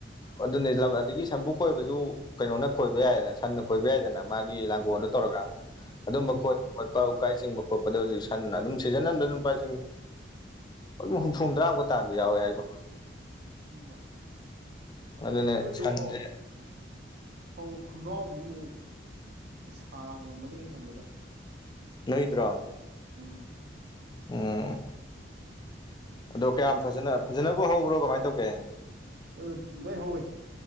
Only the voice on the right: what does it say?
ꯎꯝ
ꯎꯝ
ꯎꯣꯏ
ꯑꯩꯈꯣꯏꯗꯣ
ꯐꯩ ꯈꯨꯅꯥꯎꯕꯤꯃꯨꯛ ꯁꯥꯡꯉꯝꯃꯅꯤ ꯑꯩꯅ ꯈꯟꯕꯗ
ꯎꯝ
ꯎ ꯂ‌ꯣꯏ ꯍꯧꯋꯦ